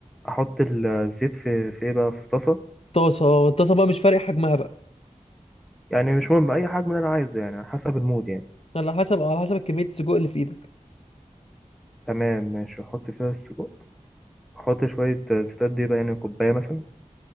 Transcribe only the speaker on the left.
طاسه الطاسه بقى مش فارق حجمها بقى
على حسب على حسب كميه السجق اللي في ايدك